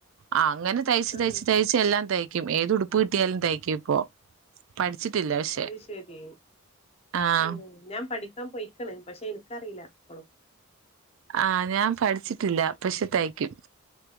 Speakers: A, on the right; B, on the left.
A: ആഹ് അങ്ങനെ തയ്ച്ച്
B: ആഹ്
A: തയ്ച്ച് തയ്ച്ച് പ്പെ എല്ലാം തയ്ക്കും ഏത് ഉടുപ്പ് കിട്ടിയാലും തയ്ക്കും ഇപ്പോ പഠിച്ചിട്ടില്ല പക്ഷെ
B: അത് ശെരി
A: ആഹ്
B: ഉം ഞാൻ പഠിക്കാൻ പോയിക്ണ് പക്ഷെ എനിക്കറില്ല ഇപ്പളും
A: ആഹ് ഞാൻ പഠിച്ചിട്ടില്ല പക്ഷെ തയ്ക്കും